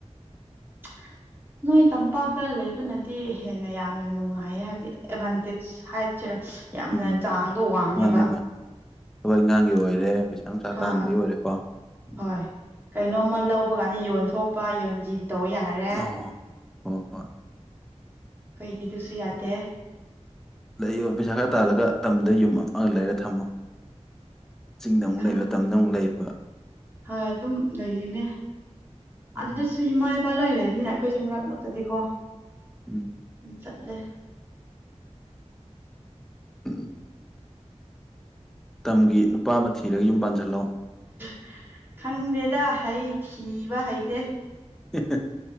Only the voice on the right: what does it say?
<unintelligible> ꯅꯣꯏ ꯇꯝꯄꯥꯛꯇ ꯂꯩꯕꯅꯗꯤ ꯍꯦꯟꯅ ꯌꯥꯝꯅ ꯅꯨꯡꯉꯥꯏꯌꯦ ꯍꯥꯏꯕꯗꯤ ꯑꯦ ꯑꯦꯚꯥꯟꯇꯦꯆ ꯍꯥꯏ ꯁꯦꯔ ꯌꯥꯝꯅ
ꯆꯥꯡꯗꯣ ꯋꯥꯡꯉꯦꯕꯥ
ꯍꯥ
ꯍꯣꯏ ꯀꯩꯅꯣꯃ ꯂꯧ <unintelligible> ꯄꯀꯥꯟꯗ ꯌꯣꯟ ꯊꯣꯛ ꯄ ꯌꯣꯟ ꯁꯤꯟ ꯇꯧꯕ ꯌꯥꯔꯦ
ꯈꯣꯏꯗꯤ ꯗꯨꯁꯨ ꯌꯥꯗꯦ
ꯈꯪ
ꯍꯣꯏ ꯑꯗꯨꯝ ꯂꯩꯔꯤꯅꯦ
ꯑꯗꯨꯗ ꯁꯨ ꯢꯃꯥ ꯢꯞ <unintelligible> ꯂꯣꯏ ꯂꯩꯕꯅꯤꯅ ꯑꯩꯈꯣꯏꯁꯨ ꯃꯔꯛ ꯃꯔꯛꯇꯗꯤꯀꯣ
ꯑꯗꯨꯝ ꯆꯠꯂꯦ
<unintelligible> ꯈꯪꯗꯦꯗꯥ ꯍꯩ ꯊꯤꯕ ꯍꯩꯇꯦ